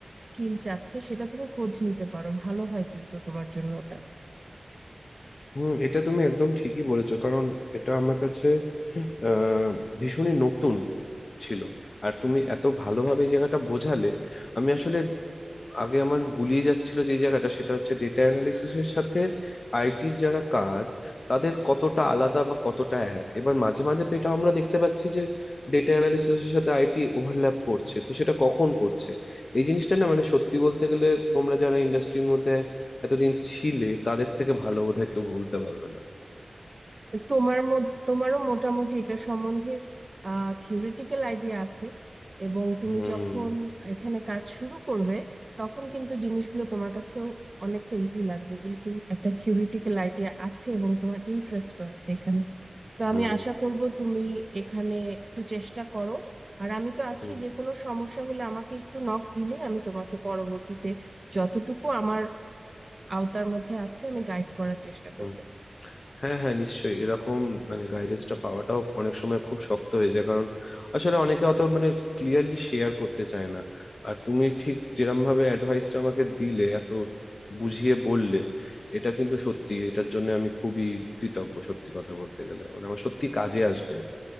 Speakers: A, on the right; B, on the left.
A: স্কিল চাচ্ছে সেটা তুমি খোঁজ নিতে পারো ভালো হয় কিন্তু তোমার জন্য ওটা
B: হুম এটা তুমি একদম ঠিকই বলেছো কারণ এটা আমার কাছে আহ ভীষণই নতুন ছিল আর তুমি এত ভালোভাবে এই জায়গাটা বোঝালে আমি আসলে আগে আমার গুলিয়ে যাচ্ছিল যে জায়গাটা সেটা হচ্ছে ডেটা অ্যানালিসিসের সাথে আইটির যারা কাজ তাদের কতটা আলাদা বা কতটা এক এবার মাঝে মাঝে তো এটা আমরা দেখতে পাচ্ছি যে ডেটা অ্যানালিসিসের সাথে আইটি ওভারল্যাপ করছে তো সেটা কখন করছে এই জিনিসটা না মানে সত্যি বলতে গেলে তোমরা যারা ইন্ডাস্ট্রির মধ্যে এতদিন ছিলে তাদের থেকে ভালো বোধহয় কেউ বলতে পারবে না
A: তোমার মধ্যে তোমারও মোটামুটি এটা সম্বন্ধে আহ থিওরিটিক্যাল আইডিয়া আছে এবং তুমি
B: হুম
A: যখন এখানে কাজ শুরু করবে তখন কিন্তু জিনিসগুলো তোমার কাছেও অনেকটা ইজি লাগবে যেহেতু একটা থিওরিটিক্যাল আইডিয়া আছে এবং তোমার ইন্টারেস্টও আছে এখানে তো
B: হুম
A: আমি আশা করব তুমি এখানে একটু চেষ্টা করো আর আমি তো আছি
B: হুম
A: যে কোনো সমস্যা হলে আমাকে একটু নক দিলে আমি তোমাকে পরবর্তীতে যতটুকু আমার আওতার মধ্যে আছে আমি গাইড করার চেষ্টা
B: হুম
A: করব
B: হ্যাঁ হ্যাঁ নিশ্চয়ই এরকম মানে গাইডেন্সটা পাওয়াটাও অনেক সময় খুব শক্ত হয়ে যায় কারণ আসলে অনেকে অত মানে ক্লিয়ারলি শেয়ার করতে চায় না আর তুমি ঠিক যেরকম ভাবে অ্যাডভাইসটা আমাকে দিলে এত বুঝিয়ে বললে এটা কিন্তু সত্যি এটার জন্য আমি খুবই কৃতজ্ঞ সত্যি কথা বলতে গেলে মানে আমার সত্যি কাজে আসবে এটা